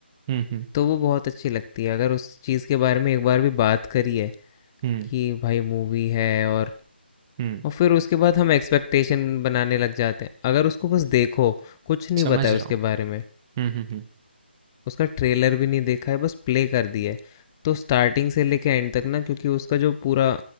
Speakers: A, on the right; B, on the left.
A: हुँ, हुँ,
B: तो वो बहुत अच्छी लगती है अगर उस चीज़ के बारे में एक बार भी बात करी है
A: हुँ,
B: कि भाई मूवी है और
A: हुँ,
B: और फिर उसके बाद हम एक्सपेक्टेशन बनाने लग जाते हैं अगर उसको बस देखो कुछ नहीं
A: समझ
B: पता है
A: रहा
B: उसके बारे में
A: हूँ। हुँ, हुँ, हुँ,
B: उसका ट्रेलर भी नहीं देखा है बस प्ले कर दिया है तो स्टार्टिंग से लेके एंड तक ना क्योंकि उसका जो पूरा